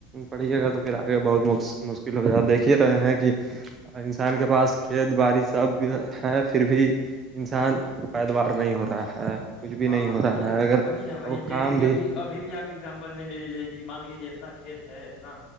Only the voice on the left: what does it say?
ہاں
وہی
وہی نا وہی
جیسے
کہ
ابھی اب ابھی بھی آپ ایگزامپل میں لے لیجیے کہ مان کےجیے اتنا کھیت ہے اتنا